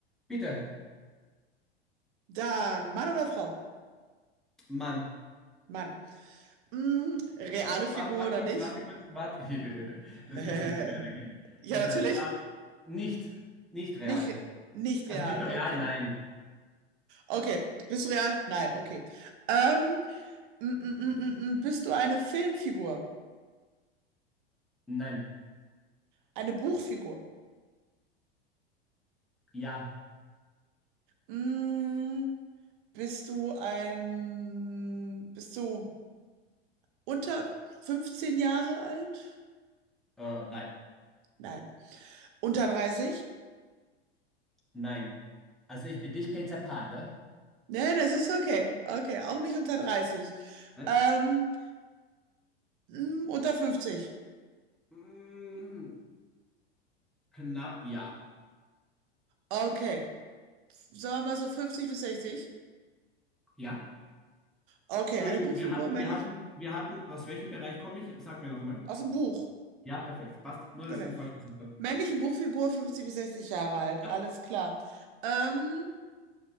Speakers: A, in the centre; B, on the right.
A: bitte,
B: Dann Mann oder Frau?
A: Mann.
B: Mann. Mm, reale Figur
A: Warte, warte
B: oder
A: kurz,
B: nicht?
A: warte kurz, warte. <laughs> Das
B: <laughs>
A: wüsstest du gerne, gell?
B: Ja,
A: Jetzt
B: natürlich.
A: weiß ich. Ah, nicht, nicht real.
B: Nicht, re- nicht
A: Also
B: real,
A: bist du
B: okay.
A: real? Nein.
B: Okay, bist du real? Nein, okay. Ähm, mm, mm, mm, mm, mm, bist du eine Filmfigur?
A: Nein.
B: Eine Buchfigur?
A: Ja.
B: Mm, bist du ein... Bist du unter 15 Jahre alt?
A: Äh, nein.
B: Nein. Unter 30?
A: Nein. Also ich bin nicht Peter Pan, ne?
B: Ne, das ist okay. Okay, auch nicht unter 30.
A: Nein?
B: Ähm, mm, unter fünfzig,
A: Mm, knapp ja.
B: Okay. sagen wir mal so fünfzig bis sechzig
A: Ja?
B: Okay,
A: Entschuldigung,
B: eine Buchfigur
A: wir hatten,
B: männlich
A: wir hatten, wir hatten, aus welchem Bereich komme ich? Sag mir noch mal.
B: aus dem Buch.
A: Ja, perfekt. Passt. Nur,
B: Genau.
A: dass ich nicht falsch gesagt habe.
B: Männliche Buchfigur 50 bis sechzig Jahre alt, alles
A: Ja.
B: klar. Ähm,